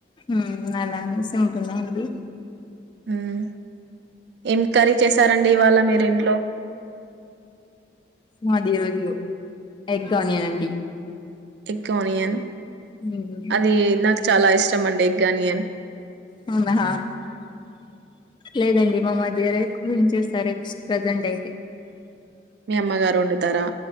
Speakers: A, on the left (about 25°); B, on the right (about 65°).
A: ఉమ్ అలానే సామ్ కదా అడి
B: ఉమ్ ఏం కర్రీ చేశారండి ఇవాళ మీరింట్లో
A: మాది ఈ రోజు ఎగ్ ఆనియన్ అండి
B: ఎగ్ ఆనియన్
A: ఉమ్
B: అది నాకు చాలా ఇష్టం అండి ఎగ్ గానియన్
A: అవునాహా లేదండి మా మర్ది గారే క్లీన్ చేస్తారు ప్రెసెంట్ అయితే
B: మీ అమ్మగారు వండుతారా